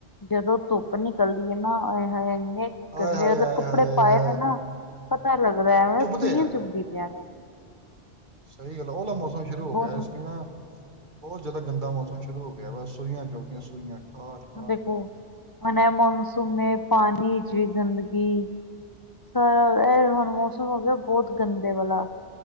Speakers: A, on the left; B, on the right.
A: ਜਦੋਂ ਧੁੱਪ ਨਿਕਲਦੀ ਹੈ ਨਾ ਆਏ ਹਾਏ ਇੰਨੇ
B: ਹਾਏ
A: ਕਹਿੰਦੇ
B: ਹਾਏ
A: ਮਤਲਬ
B: ਹਾਏ
A: ਕੱਪੜੇ
B: ਹਾਏ
A: ਪਾਏ
B: ਹਾਏ
A: ਨੇ ਨਾ ਪਤਾ ਲੱਗਦਾ ਐਵੇਂ
B: ਚੁੱਭਦੇ
A: ਸੂਈਆਂ
B: ਆ
A: ਚੁਭਦੀ ਪਿਆ ਨੇ
B: ਸਹੀ ਗੱਲ ਐ, ਉਹਲਾ ਮੌਸਮ ਸ਼ੁਰੂ ਹੋ
A: ਬਹੁਤ
B: ਗਿਆ
A: ਹੁਣ
B: ਸੁਇਆ ਬਹੁਤ ਜ਼ਿਆਦਾ ਗੰਦਾ ਮੌਸਮ ਸ਼ੁਰੂ ਹੋ ਗਿਆ ਵਾ ਸੂਇਆਂ ਚੁੱਬਦੀਆਂ ਸੂਇਆਂ ਠਾ ਠਾ
A: ਹੁਣ ਦੇਖੋ
B: ਠਾ
A: ਹੁਣ ਏ ਮਾਨਸੂਨ ਨੇ ਪਾਣੀ ਚ ਵੀ ਗੰਦਗੀ ਇਹ ਹੁਣ ਮੌਸਮ ਹੋ ਗਿਆ ਬਹੁਤ ਗੰਦੇ ਵਾਲਾ